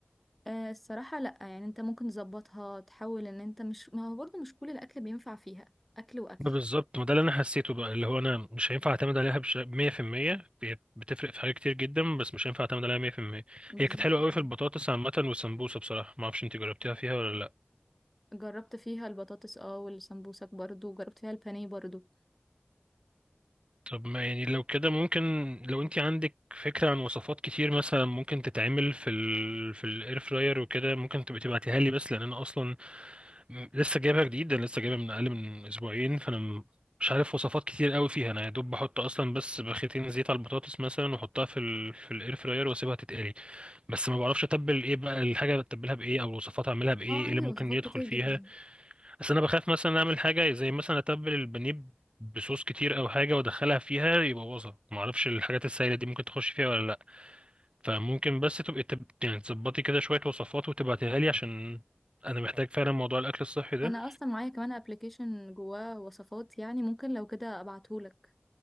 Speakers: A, in the centre; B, on the right (about 25°).
A: آه، الصراحة لأ يعني انت ممكن تظبطها تحاول ان انت مش ما هو برضه مش كل الأكل بينفع فيها أكل وأكل
B: ما بالظبط ما ده اللي انا حسيته بقى اللي هو انا مش هينفع اعتمد عليها بش... 100% هي بتفرق في حاجات كتير جدا بس مش هينفع اعتمد عليها 100%
A: بالظبط
B: هي كانت حلوه قوي
A: اه
B: في البطاطس عامه والسمبوسه بصراحه ما اعرفش انت جربتيها فيها ولا لا
A: جربت فيها البطاطس اه والسمبوسك برضه جربت فيها البانيه برضه
B: طب ما يعني لو كده ممكن لو انت عندك فكره عن وصفات كتير مثلا ممكن تتعمل في ال... في الاير فراير وكده ممكن تبقى تبعتيها لي بس لان انا اصلا لسه جايبها جديد انا لسه جايبها من اقل من اسبوعين فانا م- مش عارف وصفات كتير قوي فيها انا يا دوب بحط اصلا بس بخيتين زيت على البطاطس مثلا واحطها في ال... في الاير فراير واسيبها تتقلي بس ما بعرفش اتبل ايه بقى الحاجه اتبلها بايه او الوصفات اعملها بايه
A: اه عندي
B: ايه اللي ممكن
A: وصفات
B: يدخل
A: كتير
B: فيها
A: جدا
B: بس انا بخاف مثلا اعمل حاجه زي مثلا اتبل البانيه بصوص كتير او حاجه وادخلها فيها يبوظها ما اعرفش الحاجات السائله دي ممكن تخش فيها ولا لا فممكن بس تبقي تب... يعني تظبطي كده شويه وصفات وتبعتيها لي عشان انا محتاج فعلا موضوع الاكل الصحي ده
A: انا اصلا معايا كمان ابلكيشن جواه وصفات يعني ممكن لو كده ابعتهولك